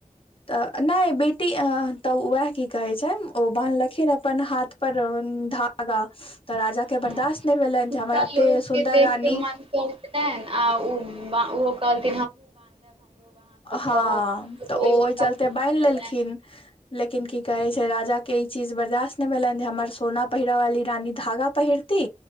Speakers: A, on the left (about 45°); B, on the right (about 45°).
A: अ नहि बेटी अ तऽ वएह की कहै छै ओ बान्हलखिन अपन हाथ पर धागा तऽ राजा के
B: हँ,
A: बर्दाश्त नहि भेलनि
B: हुनका
A: जे हमर एते
B: लोक
A: सुन्दर
B: के देख
A: रानी
B: के मन आ कह
A: हँ
B: कहू
A: तऽ
B: कोइ
A: ओ
B: हुनका
A: ओहि चलते
B: पूजा
A: बान्हि
B: देलनि
A: लेलखिन लेकिन की कहै छै राजा के ई चीज बर्दाास्त नहि भेलनि जे हमर सोना पहिर वाली रानी धागा पहिरती